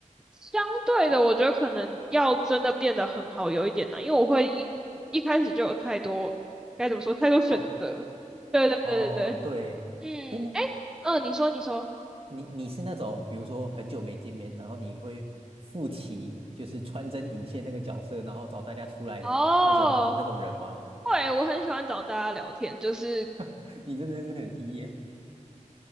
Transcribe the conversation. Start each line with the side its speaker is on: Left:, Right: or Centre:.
Centre: 相对的，我觉得可能要真的变得很好有一点难，因为我会一一开始就有太多，该怎么说，太多选择。
Right: 哦
Centre: 对对对对对，
Right: 哦，对，
Centre: 嗯，
Right: 哎，那
Centre: 哎，嗯、你说你说，
Right: 你你是那种比如说很久没见面，然后你会负起就是穿针引线那个角色，然后找大家出来的那种那种人吗？
Centre: 哦，对，我很喜欢找大家聊天，就是
Right: <laughs> 你真的是很 E 耶。